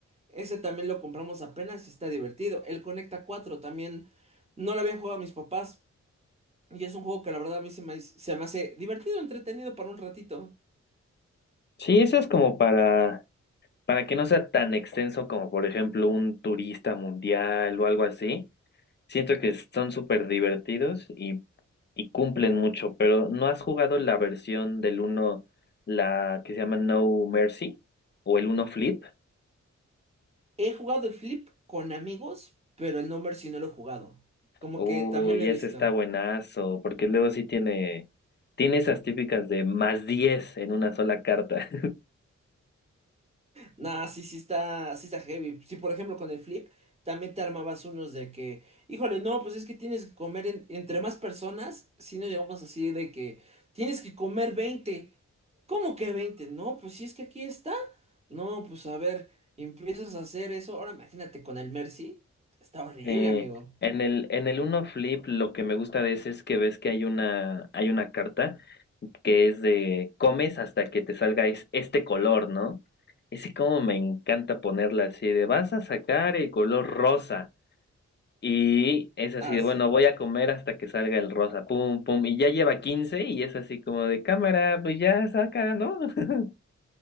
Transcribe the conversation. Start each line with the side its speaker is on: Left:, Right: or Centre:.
Right: Ese también lo compramos apenas, y está divertido. El Conecta cuatro también no lo habían jugado mis papás. Y es un juego que la verdad a mí se me, se me hace divertido, entretenido para un ratito.
Left: Sí, eso es como para Para que no sea tan extenso como, por ejemplo, un turista mundial o algo así, siento que son súper divertidos y, y cumplen mucho, pero ¿no has jugado la versión del uno, la que se llama No Mercy o el uno Flip?
Right: He jugado el Flip con amigos, pero el Number sí no lo he jugado. Como
Left: Uy,
Right: que también lo he
Left: ese
Right: visto.
Left: está buenazo, porque luego sí tiene, tiene esas típicas de más 10 en una sola carta.
Right: Nah, sí, sí está, sí está heavy. Sí, por ejemplo, con el Flip también te armabas unos de que, híjole, no, pues es que tienes que comer en- entre más personas, si no llegamos así de que tienes que comer veinte ¿Cómo que 20? No, pues si es que aquí está. No, pues a ver, empiezas a hacer eso. Ahora imagínate con el Mercy. Está horrible,
Left: Eh,
Right: amigo.
Left: en el, en el Uno Flip lo que me gusta de ese es que ves que hay una, hay una carta que es de comes hasta que te salga es- este color, ¿no? Ese como me encanta ponerla así de vas a sacar el color rosa. Y es así
Right: Ah,
Left: de
Right: sí.
Left: bueno, voy a comer hasta que salga el rosa, pum, pum. Y ya lleva 15 y es así como de cámara, pues ya saca, ¿no? <laughs>